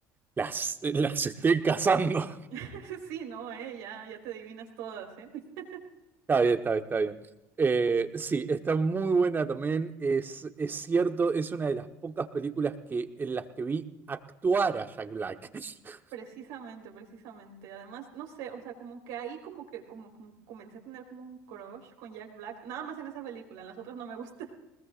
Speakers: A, on the right; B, on the right.
A: las, las estoy cazando.
B: <laughs> Sí, no, eh, ya, ya te adivinas todas, ¿eh? <laughs>
A: Está bien, está bien, está bien. Eh, sí, está muy buena también. Es, es cierto, es una de las pocas películas que, en las que vi actuar a Jack Black. <laughs>
B: Precisamente, precisamente. Además, no sé, o sea, como que ahí como que como, como comencé a tener como un crush con Jack Black, nada más en esa película, en las otras no me gusta.